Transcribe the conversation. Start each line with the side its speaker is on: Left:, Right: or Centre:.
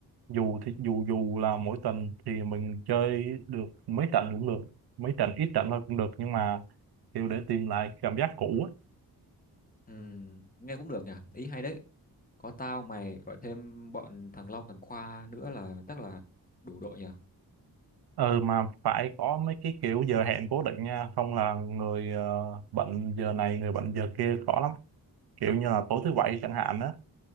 Right: Dù thì dù dù là mỗi tuần thì mình chơi được mấy trận cũng được, mấy trận ít trận thôi cũng được nhưng mà kiểu để tìm lại cảm giác cũ á.
Left: ừ nghe cũng được nhỉ ý hay đấy có tao mày gọi thêm bọn thằng Long thằng Khoa nữa là chắc là đủ đội nhỉ
Right: Ừ mà phải có mấy cái kiểu giờ hẹn cố định nha, không là người ờ, bận giờ này người bận giờ kia khó lắm. Kiểu như là tối thứ bảy chẳng hạn á,